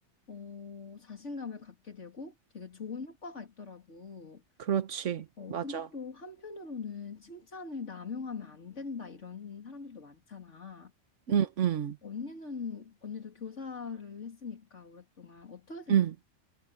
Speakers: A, on the left; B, on the right.
A: 어, 자신감을 갖게 되고 되게 좋은 효과가 있더라고.
B: 그렇지.
A: 어,
B: 맞아.
A: 근데 또 한편으로는 칭찬을 남용하면 안 된다, 이런 사람들도 많잖아.
B: 음, 음,
A: 언니는, 언니도 교사를 했으니까 오랫동안 어떻게 생각해?
B: 음.